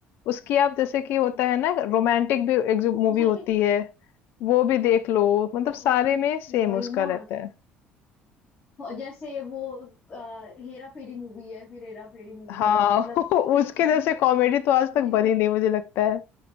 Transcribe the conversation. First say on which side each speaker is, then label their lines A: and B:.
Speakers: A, on the left; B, on the left.
A: उसकी आप जैसे कि होता है ना रोमांटिक भी एक जो मूवी
B: अरे
A: होती है वो भी देख लो मतलब
B: वही
A: सारे में
B: वही
A: सेम उसका
B: ना
A: रहता है
B: और जैसे वो आ, हेरा फेरी मूवी है फिर हेरा फेरी मूवी
A: हाँ
B: है मतलब
A: <laughs> उसके
B: भाई कितने
A: जैसे कॉमेडी तो
B: कितने
A: आज तक
B: मु-
A: बनी नहीं मुझे लगता है